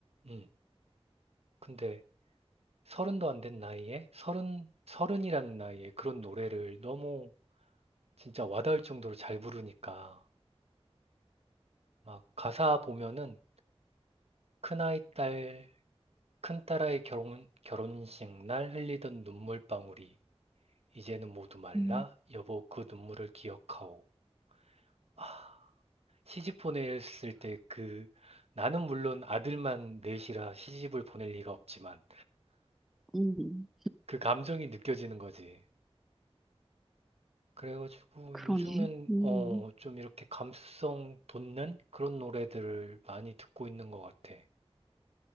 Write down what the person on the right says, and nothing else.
음, 근데 서른도 안 된 나이에 서른, 서른이라는 나이에 그런 노래를 너무 진짜 와닿을 정도로 잘 부르니까 막 가사 보면은 큰아이 딸 큰딸아이 결혼, 결혼식 날 흘리던 눈물방울이 이제는 모두 말라.
여보, 그 눈물을 기억하오. 아, 시집 보냈을 때 그, 나는 물론 아들만 넷이라 시집을 보낼 리가 없지만
그 감정이 느껴지는 거지. 그래가지고
요즘엔
어, 좀 이렇게 감수성 돋는 그런 노래들을 많이 듣고 있는 것 같아.